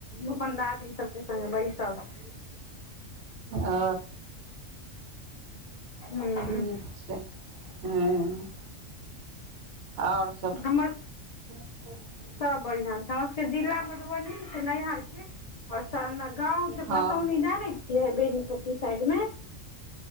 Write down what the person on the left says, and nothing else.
अपन दादी सबके। संगे बैसल छी
हूँ
हमर
सब बढ़ियां छै, साउस के जिला मधुबनी ने छै नैहरके आओर सब ने गाँंव छै
परसौनी जाने छियै बेनीपुट्टी साइड में।